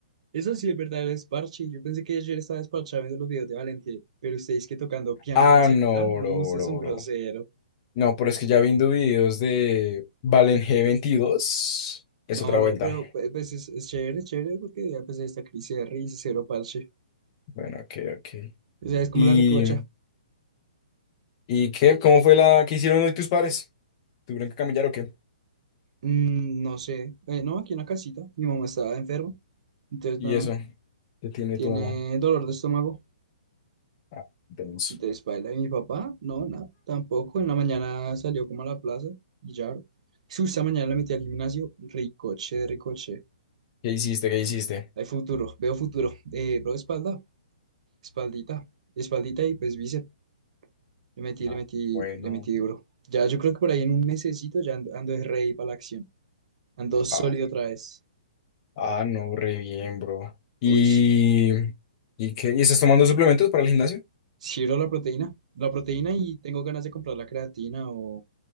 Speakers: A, on the right (about 50°); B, on the left (about 35°).
A: Eso sí es verdadero desparche. Yo pensé que ayer estaba desparchado viendo los videos de Valentín, pero ustedes que tocando piano
B: Ah,
A: en el celular,
B: no,
A: no,
B: bro,
A: usted
B: bro,
A: es un grosero.
B: bro. No, pero es que ya viendo videos de Valen G22, es
A: No,
B: otra
A: bro,
B: vuelta.
A: pero pues pues, es, es chévere, es chévere, porque ya pues esta crisis de raíz, cero parche.
B: Bueno, ok, ok.
A: O sea, es como
B: ¿Y,
A: la recocha.
B: y qué? ¿Cómo fue la que hicieron hoy tus padres? ¿Tuvieron que camellar o qué?
A: Mm, no sé. Eh, no, aquí en la casita. Mi mamá estaba enferma. Entonces,
B: Y
A: nada.
B: eso, ¿qué tiene
A: Tiene
B: tu mamá?
A: dolor de estómago.
B: Ah, denso.
A: Entonces, baila. Y mi papá, no, nada. Tampoco. En la mañana salió como a la plaza. Y ya. bro. Su- Esta mañana la metí al gimnasio. Ricoche, ricoche.
B: ¿Qué hiciste? ¿Qué hiciste?
A: Hay futuro. Veo futuro. Eh, bro, espalda. Espaldita. Espaldita y pues bíceps. Le metí,
B: Ah,
A: le metí,
B: bueno.
A: le metí duro. Ya, yo creo que por ahí en un mesecito ya ando, ando de rey para la acción. Ando sólido
B: Ah,
A: otra vez.
B: ah, no, re bien, bro. ¿Y,
A: Uy, sí.
B: y qué? ¿Y estás tomando suplementos para el gimnasio?
A: Quiero la proteína. La proteína y tengo ganas de comprar la creatina o